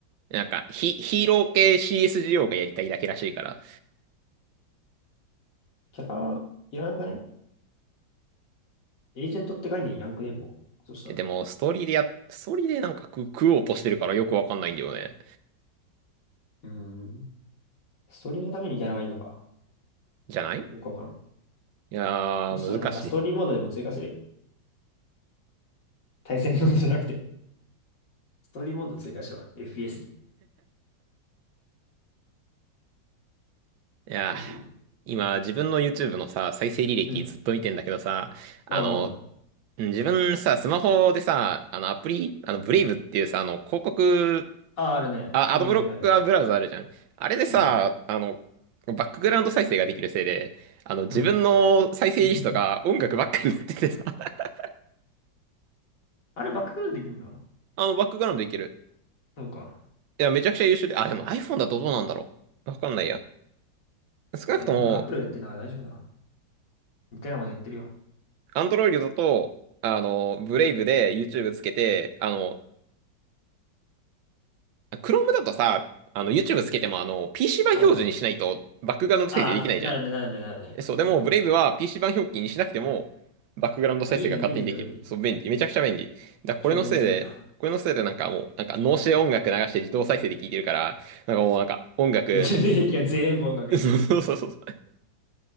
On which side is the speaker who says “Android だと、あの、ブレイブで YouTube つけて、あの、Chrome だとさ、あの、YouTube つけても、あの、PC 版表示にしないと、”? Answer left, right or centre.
Right